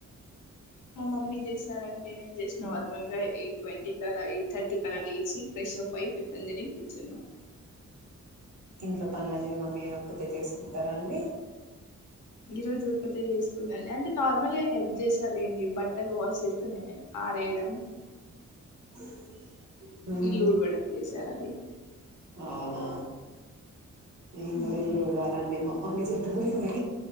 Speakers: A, on the left (about 75°); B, on the right (about 70°).
A: మా మమ్మీ చేసారండి. నేను చేసిన నార్మల్గా ఎయిట్ ట్వంటీ క అలా. ఎయిట్ థర్టీ క అలా. లేచి ఫ్రష్అప్ టిఫన్ని తిని కూర్చున్నా.
B: ఇంట్లో పనులనేవి మమ్మీ ఒక్కతే చేసుకుంటారా అండి
A: ఈ రోజు ఒక్కతే చేసుకుందండి అంటే నార్మల్ గ వచ్చేసింది సరే అండి. బట్టల్ వాష్ చేస్తా నేను ఆరేయడం
B: <inaudible> మ్మ్.
A: ఇల్ ఉఊబడా ప్లేస్ అ అని
B: అవునా నే
A: అవునండి
B: కూడా ఇల్లుడవాలండి మా మమ్మీ చెప్పిపోయింది